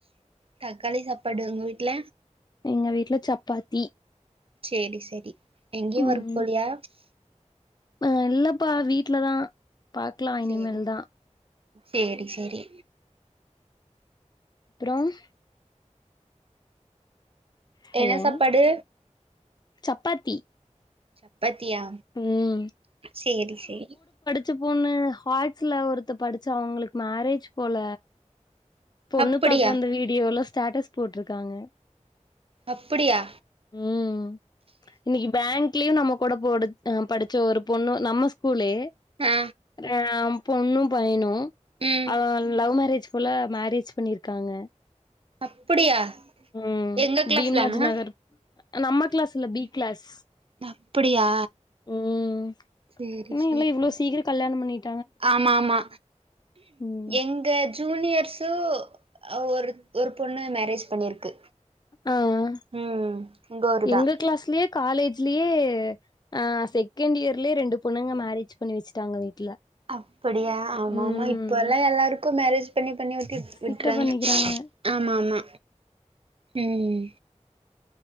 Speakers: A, on the right; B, on the left.
A: தக்காளி சாப்பாடு உங்க வீட்ல
B: எங்க வீட்ல சப்பாத்தி
A: செரி சார் எங்கயும்
B: ம்
A: ஒர்க் போலயா
B: ஆ இல்லப்பா வீட்டு்லதான் பாக்கலாம் இனிமேல்
A: சேரி
B: தான்
A: சேரி சேரி
B: அப்பறம் ஹலோ
A: என்ன சாப்பாடு
B: சப்பாத்தி
A: சப்ப சப்பாத்தியா
B: ம்
A: செரி செரி
B: ச்ச பொண்ணு ஹாட்ஸ்ல ஒருத்த படிச்ச அவங்களுக்கு மேரேஜ் போல பொண்ணு
A: அப்படியா
B: பாக்க வந்த வீடியோல்லாம் ஸ்டாட்டஸ் போட்டிருக்காங்க
A: அப்படியா
B: ம் இன்னைக்கு பேங்க் லீவ் நம்ம கூட போடு படு ஒரு பொண்ணு நம்ம ஸ்கூலே
A: ஆ
B: அஹம் பொண்ணும் பையனும்
A: ம்
B: அஹ லவ் மேரேஜ் சொல்ல அரேஞ்ச் பண்ணிருக்காங்க
A: அப்படியா
B: ம்
A: எங்க கிளாஸ்
B: பீம்ராஜ்
A: தானா
B: நகர் நம்ம கிளாஸ் இல்ல பி கிளாஸ்
A: அப்படியா
B: ம்
A: சேரி
B: இன்னும்
A: சேரி
B: இல்ல இவ்ளோ சீக்கிரம் கல்யாணம் பண்ணிட்டு
A: ஆமா ஆமா
B: ம்
A: எங்க ஜூனியர்ஷ்சு ஒரு ஒரு பொண்ண மேரேஜ் பண்ணிருக்கு
B: ஆஹ
A: ம் உங்க ஊருதா
B: எங்க கிளாஸ்லே காலேஜிலேயே ஆஹ செகண்ட் இயர்லயே ரெண்டு பொண்ணுங்க மேரேஜ் பண்ணி வச்சுட்டாங்க வீட்ல
A: அப்படியா ஆமா
B: ம்
A: ஆமா இப்பல்லா எல்லாருக்கும் மேரேஜ் பண்ணி பண்ணிவிட்டு
B: சீக்கிர
A: விட்டுறாங்க
B: பண்ணிக்கிறாங்க
A: ஆமா ஆமா உம்